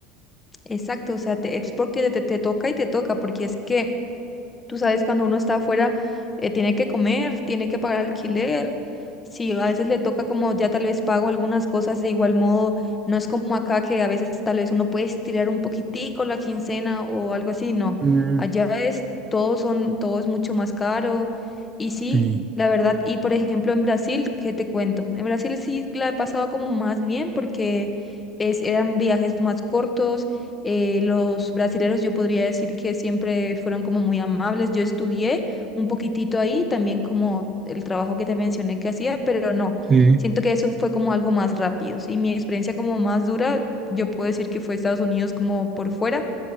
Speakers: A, on the left; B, on the right.
A: Exacto, o sea, te- es porque te, te toca y te toca, porque es que Tú sabes, cuando uno está afuera, eh, tiene que comer, tiene que pagar alquiler. Sí, a veces le toca como ya tal vez pago algunas cosas de igual modo. No es como acá que a veces tal vez uno puede estirar un poquitico la quincena o algo así. No,
B: Mm,
A: allá es todo son, todo es mucho más caro. Y sí,
B: sí,
A: la verdad. Y por ejemplo en Brasil, ¿qué te cuento? En Brasil sí la he pasado como más bien porque es, eran viajes más cortos eh, los brasileros yo podría decir que siempre fueron como muy amables. Yo estudié un poquitito ahí, también como el trabajo que te mencioné que hacía, pero no,
B: sí.
A: siento que eso fue como algo más rápido. sí mi experiencia como más dura, yo puedo decir que fue Estados Unidos como por fuera.